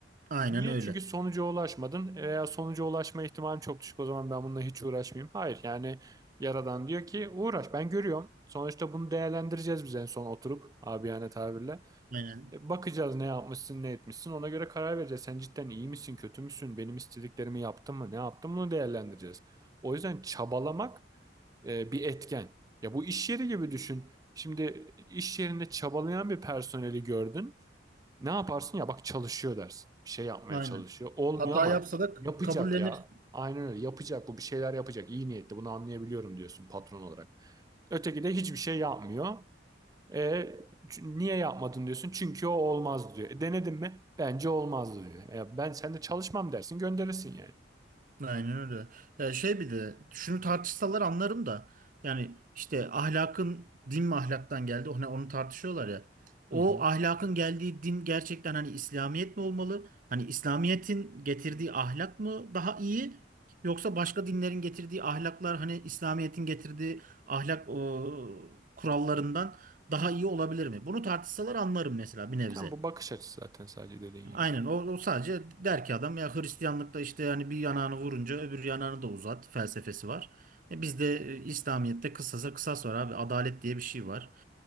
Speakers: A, on the right; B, on the right.
A: Aynen
B: Niye?
A: öyle.
B: Çünkü sonuca ulaşmadın. Veya sonuca ulaşma ihtimalim çok düşük. O zaman ben bununla hiç uğraşmayayım. Hayır yani Yaradan diyor ki uğraş ben görüyorum. Sonuçta bunu değerlendireceğiz biz en son oturup abiyane tabirle.
A: Aynen.
B: E, bakacağız ne yapmışsın ne etmişsin ona göre karar vereceğiz. Sen cidden iyi misin kötü müsün benim istediklerimi yaptın mı ne yaptın bunu değerlendireceğiz. O yüzden çabalamak e, bir etken. Ya bu iş yeri gibi düşün. Şimdi iş yerinde çabalayan bir personeli gördün. Ne yaparsın ya bak çalışıyor dersin. Bir şey yapmaya
A: Aynen.
B: çalışıyor. Olmuyor
A: Hata
B: ama
A: yapsa da
B: yapacak
A: kabullenir
B: ya. Aynen öyle yapacak bu bir şeyler yapacak. İyi niyetli bunu anlayabiliyorum diyorsun patron olarak. Öteki de hiçbir şey yapmıyor. E, ç- niye yapmadın diyorsun? Çünkü o olmaz diyor. E, denedin mi? Bence olmazdı diyor. E, ben sen de çalışmam dersin gönderirsin yani.
A: Aynen öyle. Ya şey bir de şunu tartışsalar anlarım da yani işte ahlakın din mi ahlaktan geldi hani onu tartışıyorlar ya. O
B: Hı hı.
A: ahlakın geldiği din gerçekten hani İslamiyet mi olmalı? Hani İslamiyet'in getirdiği ahlak mı daha iyi? Yoksa başka dinlerin getirdiği ahlaklar hani İslamiyet'in getirdiği ahlak o, kurallarından daha iyi olabilir mi? Bunu tartışsalar anlarım mesela bir nebze.
B: E, tamam bu bakış açısı zaten sadece dediğin gibi.
A: Aynen o, o sadece der ki adam ya Hristiyanlıkta işte hani bir yanağını vurunca öbür yanağını da uzat felsefesi var. E bizde e, İslamiyet'te kısasa kısas var abi adalet diye bir şey var.